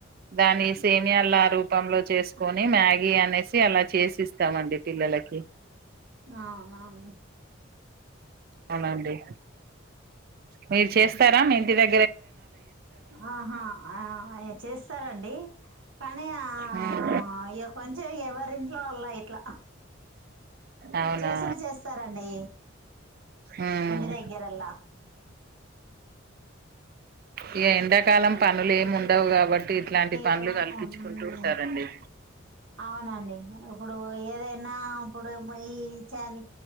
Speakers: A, on the right; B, on the right.
A: దాని సేమ్ అన్ని అలా రూపంలో చేసుకొని మ్యాగీ అనేసి అలా చేసిస్తామండి పిల్లలకి
B: నవునవుని
A: అవునండి మీరు చేస్తారా మీ ఇంటి ద
B: ఆహా ఆ చేస్తారండి కానీ ఆ
A: ఉమ్.
B: ఆ ఇగ కొంచెమే ఎవరింట్లో వాల్ల ఇట్లా
A: అవునా
B: చేసేవి చేస్తారండి
A: ఉమ్.
B: ఇంటి దగ్గరల్లా
A: ఇగ ఎండాకాలం పనులు ఏముండవు గాబ ఇట్లాంటి పనులు
B: ఏముంటా
A: గల్పించ్చుకుంటూ
B: మ్మ్
A: ఉంటారండి
B: అవునండి ఇప్పుడు ఏదైనా ఇప్పుడు ఈ చేన్